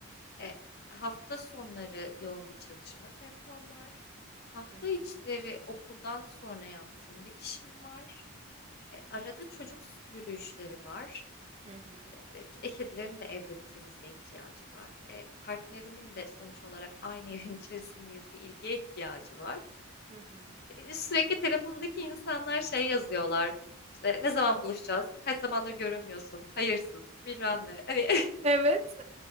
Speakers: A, on the left; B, on the right.
A: E, hafta sonları yoğun bir çalışma tempom var. Hafta
B: Hı hı.
A: içleri okuldan sonra yaptığım bir işim var. E, arada çocuk yürüyüşleri var.
B: Hı hı.
A: E, e, kedilerin de evde bir temizliğe ihtiyacı var. E, partnerimin de sonuç olarak aynı <laughs> evin içerisindeyiz bir ilgiye ihtiyacı var.
B: Hı hı.
A: E, e, sürekli telefondaki insanlar şey yazıyorlar. İşte ne zaman buluşacağız? Kaç zamandır görünmüyorsun? Hayırsız, bilmem ne. Hani
B: Evet.